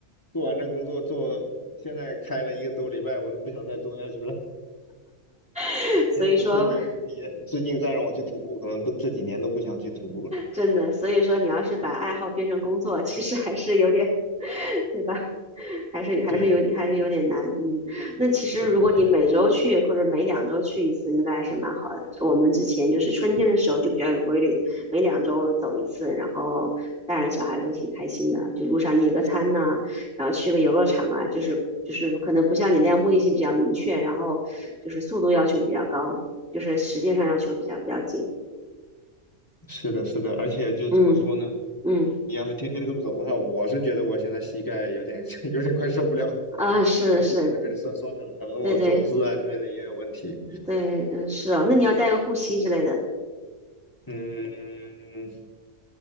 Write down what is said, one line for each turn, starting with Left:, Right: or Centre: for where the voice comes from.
Left: 做完这工作做，现在开了一个多礼拜，我都不想再做下去了。
Centre: <laughs>
Left: 那可能最近你最近再让我去徒步，
Centre: 所以说
Left: 可能都这几年都不想去徒步了。
Centre: 真的，所以说你要是把爱好变成工作，其实还是有点，<laughs> 对吧？还是还是有点还是有点难，
Left: 对，
Centre: 嗯。那其实如果你每周去或者每两周去一次，
Left: 对的，对的，
Centre: 应该是蛮好的。我们之前就是春天的时候就比较有规律，
Left: 是，
Centre: 每两周走一次，然后大人小孩都挺开心的，就路上野个餐呐、然后去个游乐场啊，就是就是可能不像你那样目的性比较明确，然后就是速度要求比较高，就是时间上要求比较比较紧，
Left: 是的，是的，而且就怎么说呢？
Centre: 嗯嗯。
Left: 你要是天天这么走的话，我是觉得我现在膝盖有点 <laughs> 有点快受不了，
Centre: 啊，是是，
Left: 走路现在开始酸酸的了，可能我走姿啊之类的也有问题。
Centre: 对对对，嗯，是哦，那你要带个护膝之类的，
Left: 嗯，